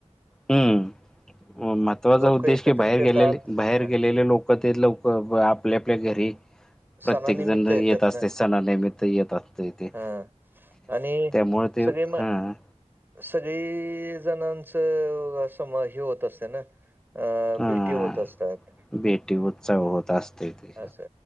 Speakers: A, in the centre; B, on the right.
A: हम्म महत्त्वाचा
B: लोक
A: उद्देश
B: एकत्रित
A: की बाहेर
B: येतात.
A: गेलेले, बाहेर
B: हा
A: गेलेले लोक ते लवक आपल्या आपल्या घरी प्रत्येक
B: सणानिमित्त
A: जण
B: येतात
A: येत असतय
B: ना
A: सणानिमित्त येत असतं ते इथे,
B: हा आणि
A: त्यामुळ ते
B: सगळे म
A: हां
B: सगळी जणांच अस म, हे होत असते ना. अ
A: हां.
B: भेटी होत असतात.
A: भेटी उत्सव होत असते ते.
B: असं.